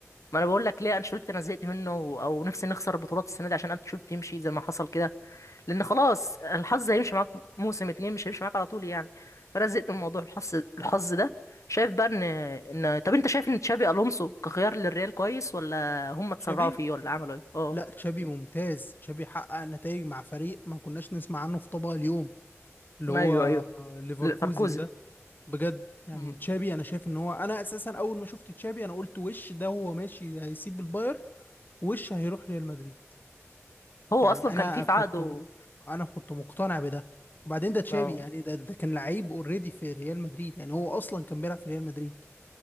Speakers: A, on the left (about 80°); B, on the left (about 40°).
A: ما انا بقول لك ليه انشيلوتي انا زهقت منه او نفسي نخسر البطولات السنه دي عشان انشيلوتي يمشي زي ما حصل كده لان خلاص الحظ هيمشي معاك موسم اتنين مش هيمشي معاك على طول يعني فانا زهقت من موضوع الحظ الحظ ده شايف بقى ان ان طب انت شايف ان تشافي الونسو كخيار للريال كويس ولا هم اتسرعوا
B: شبيه
A: فيه ولا عملوا ايه اه
B: لا تشابي ممتاز تشابي حقق نتائج مع فريق ما كناش نسمع عنه في طبق اليوم اللي
A: ايوه
B: هو
A: ايوه
B: آه، ليفركوزن
A: ل- فاركوزن
B: ده بجد يعني
A: مم.
B: تشابي انا شايف ان هو انا اساسا اول ما شفت تشابي انا قلت وش ده هو ماشي هيسيب الباير وش هيروح ريال مدريد
A: هو
B: يعني
A: اصلا
B: انا
A: كان في في
B: كنت
A: عقده
B: م... انا كنت مقتنع بده وبعدين ده تشابي
A: اه
B: يعني ده, ده كان لعيب اوريدي في ريال مدريد يعني هو اصلا كان بيلعب في ريال مدريد